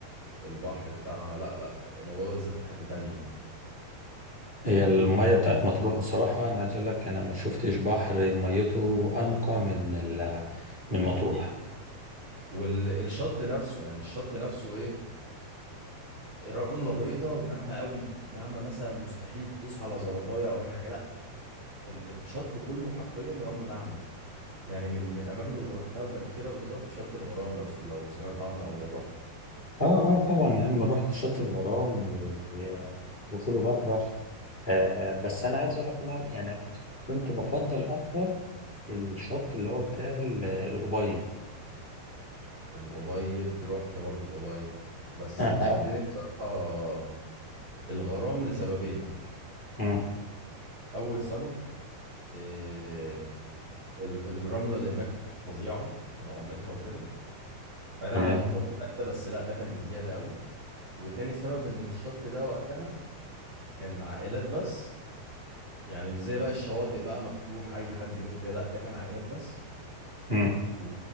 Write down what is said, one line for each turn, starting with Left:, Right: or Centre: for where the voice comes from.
Right: البحر بتاعها لا لا الموضوع ده بالذات في حتة تانية
Left: هي الميه بتاعت مطروح بصراحه انا عايز اقول لك انا ما شفتش بحر ميته انقى من ال من
Right: حقيقة
Left: مطروح
Right: والشط نفسه يعني الشط نفسه إيه رمله بيضه وناعمه قوي ناعمه مثلا مستحيل تدوس على زلطايه او اي حاجه لا ال- الشط كله حرفيا رمله ناعمه يعني من من الاماكن اللي روحتها وكانت كده بالظبط شط الغرام لو س- لو سمعت عنه او لو رحت
Left: اه اه طبعا يا عم رحت شط الغرام و- وكليوباترا آه بس انا عايز اقول لك انا يعني كنت بفضل اكتر الشط اللي هو بتاع ال- الأوبايد
Right: الأبيض رحت برضه الأبيض بس
Left: آه.
Right: اللي شدني
Left: آه،
Right: بصراحه الغرام لسببين
Left: مم.
Right: اول سبب آه، ال- الرمله اللي هناك فظيعه في نعومتها وكده بعيدا
Left: تمام
Right: عن ما تروح كلها كده بس لا ده كان بزياده قوي وتاني سبب ان الشط ده وقتها كان عائلات بس يعني مش زي بقى الشواطئ بقى مفتوح اي حد يروح جاي لا ده كان عائلات بس
Left: مم.
Right: و...